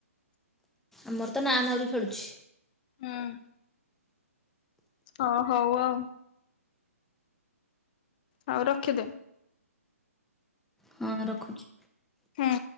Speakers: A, in the centre; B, on the left.
A: ଆମର ତ ନାଁ ନାଉରୀ ଖେଳୁଛି।
B: ହୁଁ। ହଁ ହଉ ଆଉ। ହଉ ରଖିଦେ।
A: ହଁ ରଖୁଛି।
B: ହୁଁ।